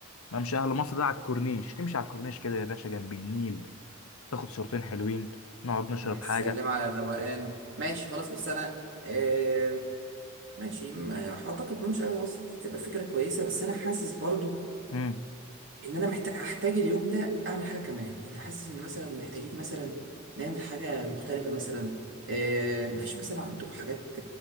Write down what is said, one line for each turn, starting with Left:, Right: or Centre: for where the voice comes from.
Left: ممشى اهل مصر ده على الكورنيش تمشي على الكورنيش كده يا باشا جنب النيل تاخد صورتين حلوين نقعد نشرب
Right: يا سلام
Left: حاجة
Right: على الروقان ماشي خلاص بس انا آه ماشي ما اعتقد ممشى على مصر دي تبقى فكره كويسه بس انا حاسس برضو
Left: مم.
Right: ان انا محتاج هحتاج اليوم ده اعمل حاجه كمان يعني حاسس ان مثلا محتاجين مثلا نعمل حاجه مختلفه مثلا آه مفيش مثلا عندكم حاجات